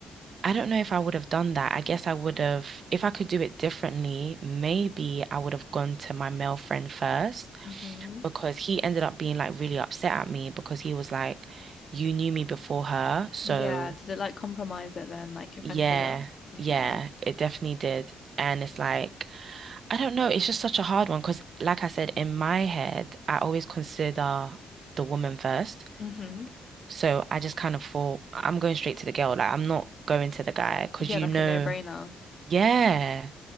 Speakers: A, on the right; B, on the left.
A: I don't know if I would have done that. I guess I would have, if I could do it differently, maybe I would have gone to my male friend first
B: Mm-hmm.
A: because he ended up being like really upset at me because he was like, You knew me before her, so.
B: Yeah. Did it like compromise it then, like your
A: Yeah,
B: friendship? Okay.
A: yeah, it definitely did. And it's like, I don't know, it's just such a hard one because, like I said, in my head, I always consider the woman first.
B: Mm-hmm.
A: So I just kind of thought, I'm going straight to the girl. Like, I'm not going to the guy because,
B: Yeah,
A: you
B: like
A: know,
B: a no-brainer.
A: yeah,